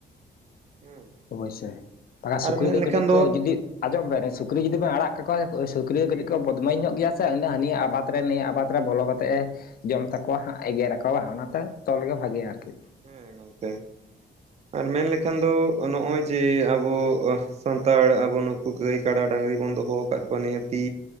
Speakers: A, on the right; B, on the left.
A: ᱦᱮᱸ
B: ᱚᱵᱚᱥᱳᱭ ᱵᱟᱠᱷᱟᱡ ᱥᱩᱠᱨᱤ
A: ᱟᱨ ᱢᱮᱱ
B: ᱫᱚ
A: ᱞᱮᱠᱷᱟᱱ
B: ᱠᱟᱹᱴᱤᱡ ᱠᱚ ᱡᱩᱫᱤ᱾ ᱟᱸᱚᱢ ᱵᱮᱱ ᱥᱩᱠᱨᱤ ᱡᱩᱫᱤ ᱵᱮᱱ ᱟᱲᱟᱜ ᱠᱟᱠᱚᱣᱟ ᱥᱩᱠᱨᱤ ᱫᱚ ᱠᱟᱹᱴᱤᱡ ᱠᱚ ᱵᱚᱫᱽᱢᱟᱥ ᱧᱚᱜ ᱜᱮᱭᱟ ᱥᱮ, ᱩᱱᱫᱚ ᱦᱟᱹᱱᱤ ᱟᱵᱟᱫᱽ᱾ ᱨᱮ ᱱᱤᱭᱟᱹ ᱟᱵᱟᱫᱽ ᱨᱮ ᱵᱚᱞᱚ ᱠᱟᱛᱮᱜ ᱮ ᱡᱚᱢ ᱛᱟᱠᱚᱣᱟ ᱦᱟᱸᱜ ᱮᱜᱮᱨ ᱟᱠᱚ ᱚᱱᱟᱛᱮ ᱛᱚᱞ ᱜᱮ ᱵᱷᱟᱜᱮᱹᱭᱟ ᱟᱨᱠᱤ,
A: ᱦᱮᱸ ᱜᱚᱝᱠᱮ ᱟᱨ ᱢᱮᱱ ᱞᱮᱠᱷᱟᱱ ᱫᱚ ᱱᱚᱜᱼᱚᱭ ᱡᱮᱹ ᱟᱵᱚ᱾ ᱥᱟᱱᱛᱟᱲ ᱟᱵᱚ ᱱᱩᱠᱩ ᱜᱟᱹᱭ ᱠᱟᱰᱟ ᱰᱟᱝᱨᱤ ᱵᱚᱱ ᱫᱚᱦᱚ ᱟᱠᱟᱫ ᱠᱚᱣᱟ ᱱᱤᱦᱟᱹᱛᱤ,